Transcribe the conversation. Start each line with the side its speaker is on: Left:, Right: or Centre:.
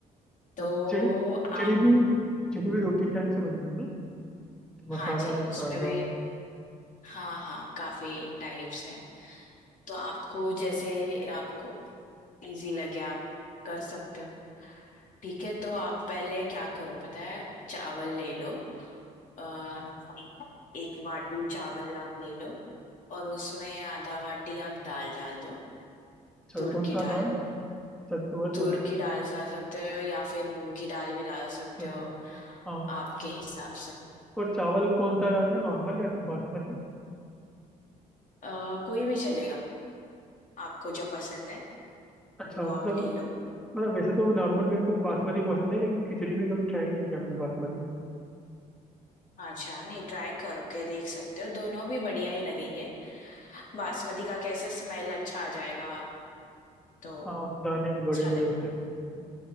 Left: तो
Centre: तो खिचड़ी खिचड़ी
Left: आप
Centre: भी खिचड़ी भी दो तीन टाइप से बनती है ना तो मसाला
Left: हाँ जी
Centre: एक
Left: उसमें
Centre: सादा
Left: भी हाँ हाँ काफी टाइप्स है तो आपको जैसे आपको इजी लगे आप कर सकते हो ठीक है तो आप पहले क्या करो पता है चावल ले लो आ, एक वाटी चावल आप ले लो और उसमें आधा वाटी आप दाल डाल दो
Centre: अच्छा
Left: तुर
Centre: कौन
Left: की
Centre: सा
Left: दाल
Centre: दाल अच्छा तुअर
Left: तूर
Centre: का
Left: की दाल डाल सकते हो या फिर मूंग की दाल भी डाल सकते
Centre: अच्छा
Left: हो
Centre: हाँ
Left: आपके हिसाब से
Centre: और चावल कौन सा डालना है नॉर्मल या फिर बासमती
Left: अ, कोई भी चलेगा आपको जो पसंद है
Centre: अच्छा
Left: वो
Centre: मतलब
Left: आप ले लो
Centre: मतलब वैसे तो नॉर्मल मेरे को बासमती पसंद है लेकिन खिचड़ी में कभी ट्राई नहीं किया मैंने बासमती
Left: अच्छा नहीं ट्राई करके देख सकते हो दोनों भी बढ़िया ही लगेंगे बासमती का कैसे स्मेल अच्छा आ जाएगा तो
Centre: हाँ दाने
Left: अच्छा
Centre: भी बड़े बड़े
Left: लगेगा
Centre: होते हैं उसके